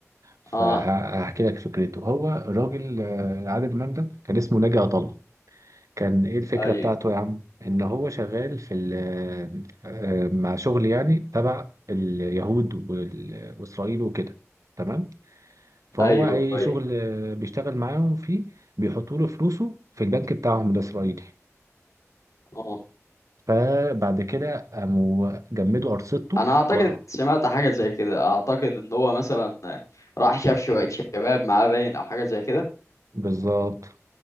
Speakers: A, on the right; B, on the left.
A: فهحكي
B: اه
A: لك فكرته هو الراجل آه، عادل امام ده كان اسمه ناجي عطا الله كان ايه الفكرة
B: ايوه
A: بتاعته يا عم ان هو شغال في ال- آه، مع شغل يعني تبع اليهود وال- واسرائيل وكده تمام فهو
B: ايوه
A: اي
B: ايوه
A: شغل آه، بيشتغل معاهم فيه بيحطوا له فلوسه في البنك بتاعهم الاسرائيلي
B: اه
A: فبعد كده قاموا جمدوا ارصدته
B: انا اعتقد
A: و...
B: سمعت حاجة زي كده اعتقد ان هو مثلا راح شاف شوية شباب معاه باين او حاجة زي كده
A: بالظبط